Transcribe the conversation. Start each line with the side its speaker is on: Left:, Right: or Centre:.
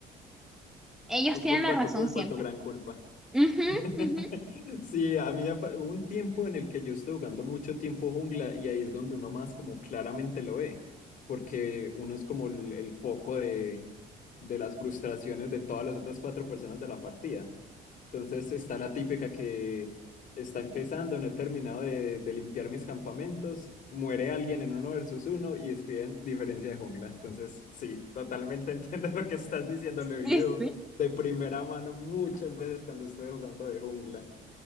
Centre: ellos
Left: Tu
Centre: tienen
Left: culpa,
Centre: la razón
Left: tu culpa,
Centre: siempre.
Left: tu gran culpa.
Centre: Ujú,
Left: <laughs>
Centre: ujú.
Left: Sí, a mí me pa- hubo un tiempo en el que yo estuve jugando mucho tiempo jungla y ahí es donde uno más como claramente lo ve, porque uno es como el, el foco de, de las frustraciones de todas las otras cuatro personas de la partida. Entonces está la típica que está empezando, no he terminado de, de limpiar mis campamentos, muere alguien en uno versus uno y escriben diferencia de jungla. Entonces sí, totalmente <laughs> entiendo lo que estás diciendo, lo he
Centre: Sí,
Left: vivido
Centre: sí.
Left: de primera mano muchas veces cuando estuve jugando de jungla.